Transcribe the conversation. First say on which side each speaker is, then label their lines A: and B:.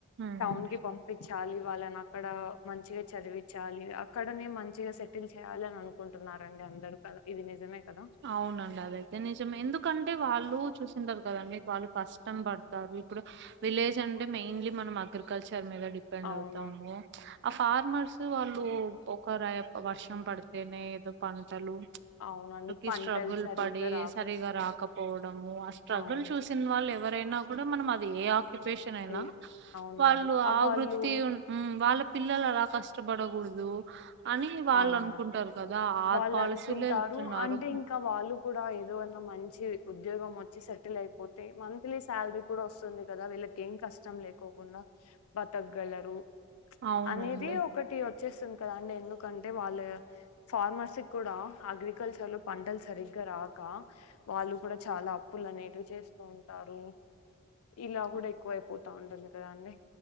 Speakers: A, on the right (about 55°); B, on the left (about 80°).
A: ఉమ్
B: టౌన్ కి పొంపిచాలి వాళ్ళన్ అక్కడా మంచిగ చదివిచ్చాలి అక్కడ్ కానీ మంచిగ సెటిల్ చేయాలని అనుకుంటున్నారండి అంతే డు ఇది నిజమే కదా
A: అవునండి అదైతే నిజమె ఎందుకంటే వాళ్ళు నువ్వు చూసిన తరువాత వాళ్ళు కష్టం పడారు ఇప్పుడు విలేజ్ అంటే మెయిన్లీ మ అగ్రికల్చర్ ర్ మీద డిపెండ్
B: అవును
A: అవుతాము ఆ ఫార్మర్స్ వాళ్ళు ఒక రె వర్షం పడితేనే ఏదో పంటలు
B: అవునండి పంటలు
A: ఇ స్ట్రగుల్
B: సరిగ్గా
A: పడి
B: రాక
A: సరిగా రాకపోవడము ఆ స్ట్రగుల్
B: అవును
A: చూసిన వాళ్ళు ఎవరైనా కూడా మనం అది ఏ ఆకిట్ రెషన్ అయినా
B: ఈ- అవునవును
A: వాళ్ళు ఆ
B: వాళ్ళు
A: వృత్తి ఉ వాళ్ళ పిల్లలు అలా కష్ట కష్ట బడగుడదు అని వాళ్ళు
B: అవునా
A: అనుకుంటారు కదా ఆ
B: వాళ్ళు
A: పాలసీలే
B: అనుకుంటారు
A: ఎల్తున్నారు
B: అంటే ఇంకా వాళ్ళు కూడా ఏదు వన్న మంచి ఉద్యోంచి సెటిలయిపో అే మంత్లీ శాలరీ కూడా వస్తుంది కదా వీళ్ళకి ఏం కష్టం లేకోకుండా బతకగలరు
A: అవునండి
B: అనేది ఒకటి వ చ్చేసాం కదాండి ఎందుకు కంటే వాళ్ళ ఫార్మర్సీ కూడా అగ్రికల్చర్ లో పంటలు సరిగ్గా రాక వాళ్ళు కూడా చాలా అప్పులనేవి చేస్తూ ఉంటారు ఇలా కూడా
A: అవ్-
B: ఎక్కువ అయిపోతు గా ఉంటుంది కదా అండి